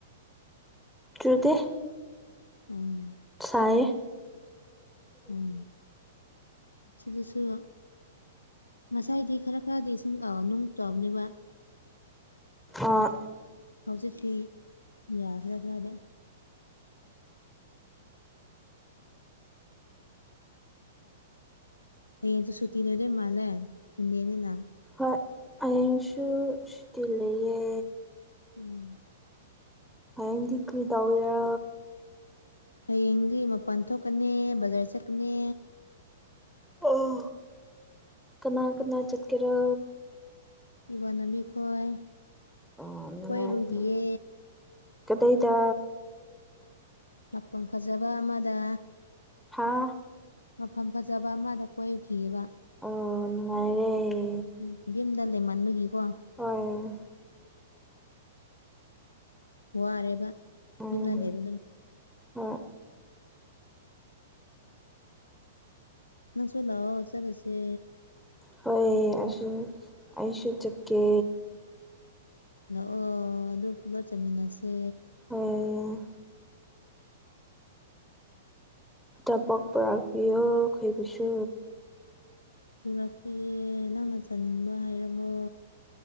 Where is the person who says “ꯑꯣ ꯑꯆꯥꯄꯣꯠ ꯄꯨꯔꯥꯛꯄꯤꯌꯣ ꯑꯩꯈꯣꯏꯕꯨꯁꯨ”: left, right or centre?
Centre